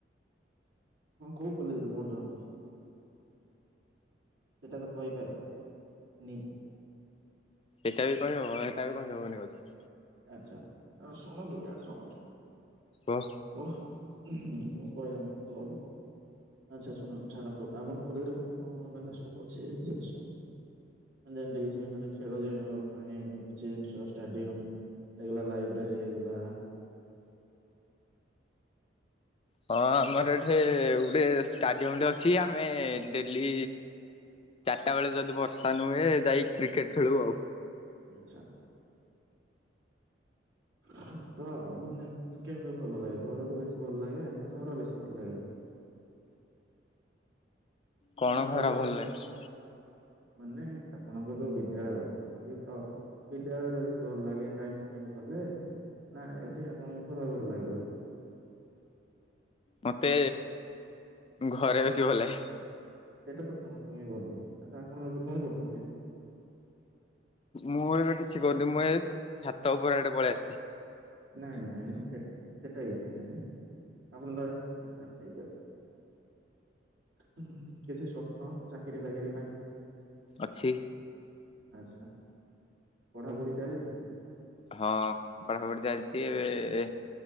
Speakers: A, on the right (about 80°); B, on the left (about 30°).
A: ହଁ କୋଉ କଲେରେ ପଢୁଛନ୍ତି, ସେଟା ତ କହିପାରିବେ, ନି?
B: ସେଇଟା ବି କହିହବ ସେଇଟା ବି କହିହବନି କହୁଛି।
A: ଆଚ୍ଛା ଶୁଣନ୍ତୁ ୟାର୍‌ ଶୁଣନ୍ତୁ।
B: କୁହ।
A: ମୁଁ ହୁଁ ମୁଁ କହେନି। <inaudible> ଆଚ୍ଛା ଶୁଣ ଛାଡ଼ନ୍ତୁ ଆପଣଙ୍କ <unintelligible> କଣ କଣ ମାନେ ସବୁ ଅଛି ଜିନିଷ ଯେମିତି କିଛି ମାନେ ଖେଳିବା ପାଇଁ କିଛି ଜିନିଷ ଷ୍ଟାଡିୟମ। ଏଇଗଲା ଲାଇବ୍ରେରୀ ହେଇଗଲା।
B: ହଁ ଆମର ଏଠି ଗୋଟେ ଷ୍ଟାଡିୟମଟେ ଅଛି ଆମେ ଡେଲି ଚାରିଟା ବେଳେ ଯଦି ବର୍ଷା ନୁହେ ଯାଇ କ୍ରିକେଟ ଖେଳୁ ଆଉ।
A: ଆଛା, <inaudible> ମାନେ କେମିତି ଭଲ ଲାଗେ ଘରଠୁ ବେଶୀ ଭଲ ଲାଗେ ନା ଘର ବେଶୀ ଭଲ ଲାଗେ?
B: କଣ
A: ମାନେ
B: ଘର
A: କଲେଜ
B: ଭଲ ଲାଗେ।
A: ମାନେ ଆପଣଙ୍କ ଯୋଉ ବିଦ୍ୟାଳୟ ଅଛି ତ ବିଦ୍ୟାଳୟରେ ବେଶୀ ଭଲ ଲାଗେ ଟାଇମ୍ ସ୍ପେଣ୍ଡ୍ କଲେ ନା ଏଠି ଆପଣଙ୍କର ଭଲ ଲାଗେ ବେଶ୍।
B: ମତେ ଘରେ ବେଶି ଭଲ ଲାଗେ ହେ।
A: ସେଇଟା ତ ସମସ୍ତଙ୍କୁ ହିଁ ଭଲ ଲାଗେ, ଆଚ୍ଛା ଆପଣ ଏବେ କଣ କରୁଛନ୍ତି?
B: ମୁଁ ଏବେ କିଛି କରୁନି ମୁଁ ଏ ଛାତ ଉପରେ ଆଡେ ପଳେଇଆସିଛି।
A: ନାଇଁ ନାଇଁ ସେଟା କିଛି ନାଇଁ ଆପଣ <inaudible> ଆଚ୍ଛା ଠିକ୍ ଅଛି, କିଛି ସ୍ୱପ୍ନ ଚାକିରିୀବାକିରି ପାଇଁ?
B: ଅଛି।
A: ଆଛା, ପଢାପଢି ଚାଲିଛି?
B: ହଁ ପଢାପଢି ଚାଲିଛି ଏବେ,